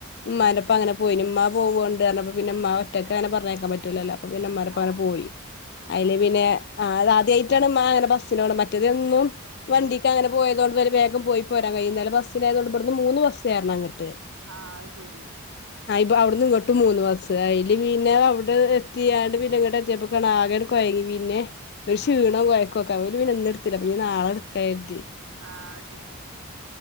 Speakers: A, on the left; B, on the right.
A: മ്മാന്റെപ്പ
B: ആഹ്
A: അങ്ങനെ പോയിന് മ്മാ പോവൊണ്ട് അർഞപ്പൊ പിന്നെ മ്മാ ഒറ്റക്കങ്ങനെ പർഞ്ഞയ്ക്കാം പറ്റൂലല്ലോ. അപ്പൊ പിന്നെ മ്മാന്റെപ്പം
B: ആഹ്
A: അങ്ങനേ പോയി,
B: ആഹ്
A: അയില് പിന്നെ ആഹ് അത് ആദ്യായിട്ടാണ് മ്മാ അങ്ങനെ ബസ്സിനോണ് മറ്റേതെന്നും വണ്ടീക്കങ്ങനെ
B: ഉം
A: പോയതൊണ്ട് ഇവര് വേഗം പോയി പോരാം കഴിയും, ഇന്നലെ ബസ്സിനായതൊണ്ട് ഇബട്ന്ന് മൂന്ന് ബസ് കേർണം അങ്ങട്ട്.
B: ആഹ് അയ് സേരി.
A: പ്പൊ അവ്ടുന്ന് ഇങ്ങട്ടും മൂന്ന് ബസ്സ്, അയില് പിന്നെ അവടെ എത്തിയാണ്ട് പിന്നെ ഇങ്ങട്ടെത്തിയപ്പൊ ങ്ങണാ ആകട് കൊയങ്ങി പിന്നെ ഒരു ക്ഷീണം
B: ആഹ്
A: കൊയ്ക്കൊക്കെ അവല് പിന്നെ ന്ന്ട്ത്തിലാ പഞ്ഞി ന്നാളട്ക്കാ കര്തി.
B: ആഹ് സേരി.